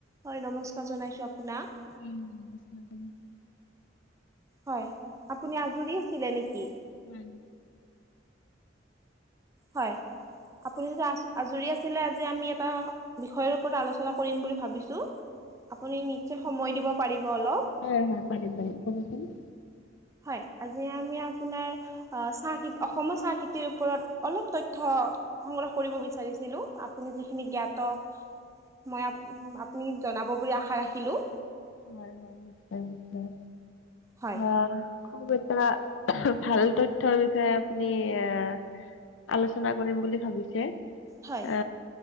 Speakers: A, on the right; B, on the left.
A: হয় নমস্কাৰ জনাইছোঁ আপোনাক।
B: উম নমস্কাৰ তুমাকো।
A: হয় আপুনি আজৰি আছিলে নেকি?
B: উম।
A: হয়, আপুনি আজ-আজৰি আছিলে আজি আমি এটা। বিষয়ৰ ওপৰত আলোচনা কৰিম বুলি ভাবিছোঁ আপুনি নিশ্চয় সময় দিব পাৰিব অলপ।
B: হয়, হয় পাৰিম, পাৰিম ক'বচোন।
A: হয়, আজি আমি আপোনাৰ। আহ চাহ খেতি অসমৰ চাহ খেতিৰ ওপৰত অলপ তথ্য। সংগ্ৰহ কৰিব বিচাৰিছিলোঁ আপুনি যিখিনি জ্ঞাত। মই আপ-আপুনি জনাব বুলি আশা ৰাখিলোঁ।
B: হয়, হয় নিশ্চয়, নিশ্চয়
A: হয়
B: অ,। এটা ভাল তথ্যৰ বিষয়ে আপুনি আহ আলোচনা কৰিম বুলি ভাবিছোঁ। যে
A: হয়
B: আ